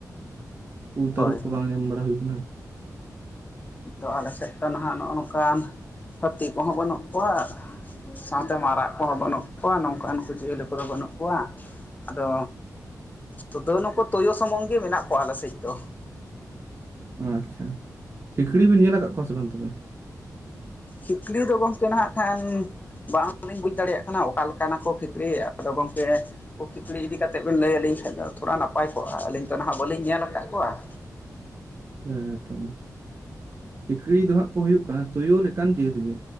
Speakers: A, on the right; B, on the left.
A: ᱠᱩᱞ ᱛᱟᱨᱩᱵ
B: ᱦᱳᱭ
A: ᱠᱩ ᱵᱟᱝ ᱧᱟᱢ ᱵᱟᱲᱟ ᱦᱩᱭ ᱠᱟᱱᱟ?
B: ᱟᱫᱚ ᱟᱞᱮ ᱥᱮᱫ ᱫᱚ ᱱᱟᱦᱟᱜ ᱱᱚᱜ-ᱚ ᱱᱚᱝᱠᱟᱱ ᱦᱟᱹᱛᱤ ᱠᱚᱦᱚᱸ ᱵᱟᱹᱱᱩᱜ ᱠᱚᱣᱟ᱾ ᱥᱟᱶᱛᱮ ᱢᱟᱨᱟᱜ ᱠᱚᱦᱚᱸ ᱵᱟᱹᱱᱩᱜ ᱠᱚᱣᱟ ᱱᱚᱝᱠᱟᱱ ᱠᱚ ᱡᱤᱭᱟᱹᱞᱤ ᱠᱚᱫᱚ ᱵᱟᱹᱱᱩᱜ ᱠᱚᱣᱟ ᱟᱫᱚᱼᱼ ᱥᱩᱫᱩ ᱱᱩᱠᱩ ᱛᱳᱭᱩ ᱥᱩᱢᱩᱝ ᱜᱮ ᱢᱤᱱᱟᱜ ᱠᱚᱣᱟ ᱟᱞᱮ ᱥᱮᱡ ᱫᱚ᱾
A: ᱟᱪᱪᱷᱟ ᱠᱷᱤᱠᱲᱤ ᱵᱤᱱ ᱧᱮᱞ ᱟᱠᱟᱜ ᱠᱚᱣᱟ ᱥᱮ ᱵᱟᱝ ᱛᱚᱵᱮ?
B: ᱠᱷᱤᱠᱲᱤ ᱫᱚ ᱜᱚᱝᱠᱮ ᱱᱟᱦᱟᱸᱜ ᱠᱷᱟᱱᱼᱼ ᱵᱟᱝ ᱞᱤᱧ ᱵᱩᱡᱽ ᱫᱟᱲᱮᱭᱟᱜ ᱠᱟᱱᱟ ᱚᱠᱟ ᱞᱮᱠᱟᱱᱟ ᱠᱚ ᱠᱷᱤᱸᱠᱲᱤ ᱟᱫᱚ ᱜᱚᱝᱠᱮᱼᱼ ᱠᱚ ᱠᱷᱤᱠᱲᱤ ᱤᱫᱤ ᱠᱟᱛᱮᱫ ᱵᱮᱱ ᱞᱟᱹᱭ ᱟᱹᱞᱤᱧ ᱠᱷᱟᱱ ᱫᱚ ᱛᱷᱚᱲᱟ ᱱᱟᱯᱟᱭ ᱠᱚᱜᱼᱟ ᱟᱹᱞᱤᱧ ᱫᱚ ᱦᱟᱸᱜ ᱵᱟᱹᱞᱤᱧ ᱧᱮᱞ ᱟᱠᱟᱫ ᱠᱚᱣᱟ ᱾
A: ᱦᱮᱸᱛ ᱾ ᱠᱷᱤᱠᱲᱤ ᱫᱚ ᱦᱟᱸᱜ ᱠᱚ ᱦᱩᱭᱩᱜ ᱠᱟᱱᱟ ᱛᱳᱭᱳ ᱞᱮᱠᱟᱱ ᱡᱟᱹᱛ ᱜᱮ